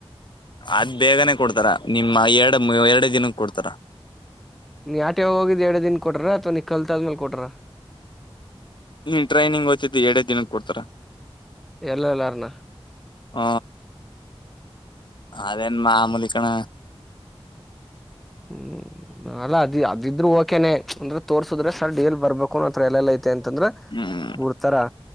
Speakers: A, on the left; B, in the centre.
A: ಅದ್ ಬೇಗನೆ ಕೊಡ್ತಾರ ನಿಮ್ಮ ಎರಡು ಎರಡು ದಿನಕ್ಕೆ ಕೊಡ್ತಾರ
B: ನೀ ಆಟೆ ಹೋಗಿದ್ದ್ ಎರಡು ದಿನ ಕೊಟ್ರ ಅಥ್ವಾ ನೀ ಕಲ್ತಾದ್ಮೇಲ್ ಕೊಟ್ರ
A: ನೀ ಟ್ರೈನಿಂಗ್ ಓ್ತದ್ದು ಎರಡೇ ದಿನಕ್ಕೆ ಕೊಡ್ತಾರಾ
B: ಎಲ್ಲ ಎಲ್ಲಾರಣ
A: ಹ ಅದೇನ್ ಮಾಮೂಲಿಕಣ
B: ಹ್ಮ್ ನಲ್ಲ ಅದ ಅದಿದ್ರು ಓಕೆನೆ ಅಂದ್ರೆ ತೋರ್ಸುದ್ರೆ ಸರ್ ಡಿಎಲ್ ಬರ್ಬೇಕು ಹಾಕೋೊಂಡ ಹತ್ರ ಎಲ್ಲೆಲ್ಲ ಐತೆ ಅಂತಂದ್ರ
A: ಹ್ಮ್
B: ಬಿಡ್ತಾರಾ